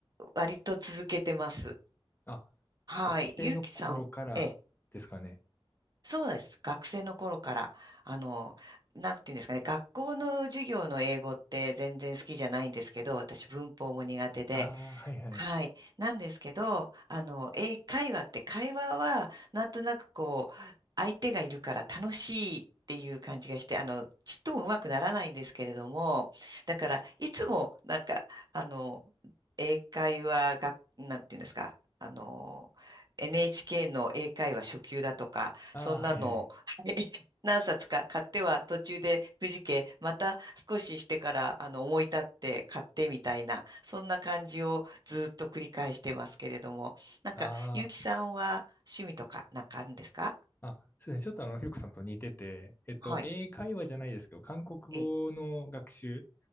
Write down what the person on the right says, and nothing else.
割と続けてます。
はい。
ゆうきさん、ええ、そうです。学生の頃から、あの、なんていうんですかね、学校の授業の英語って全然好きじゃないんですけど、私文法も苦手で、
はい。なんですけど、あの、英会話って会話は、なんとなくこう、相手がいるから楽しいっていう感じがして、あの、ちっともうまくならないんですけれども、だから、いつも、なんか、あの、英会話が、なんていうんですか、あの、NHK の英会話初級だとか、
そんなの
<laughs> 何冊か買っては途中でくじけ、また少ししてからあの思い立って買ってみたいな、そんな感じをずっと繰り返してますけれども、なんか、
ゆうきさんは趣味とかなんかあるんですか
はい。
ええ、